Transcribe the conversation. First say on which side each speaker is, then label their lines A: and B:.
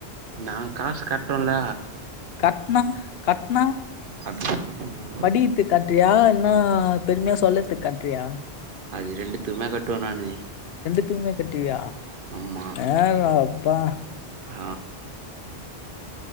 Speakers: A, on the right; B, on the left.
A: நா காஸ் கட்டோல்ல
B: கட்னா கட்னா
A: அப்டி சொல்லுவோ நாங்க
B: படிகித்துக் கட்றியா இல்னா பெருமையா சொல்லற்துக் கட்றியா
A: அது ரெண்டுத்துமே கட்வே நானு
B: த்துமே கட்டுவ்யா
A: ஆமா
B: ஏ ரப்பா
A: ஆ